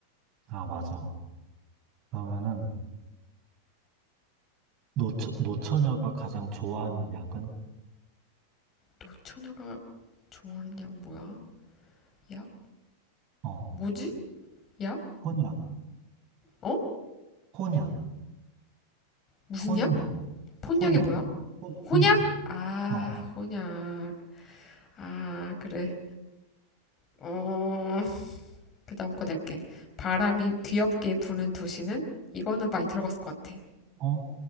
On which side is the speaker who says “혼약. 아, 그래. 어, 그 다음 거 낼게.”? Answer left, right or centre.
Left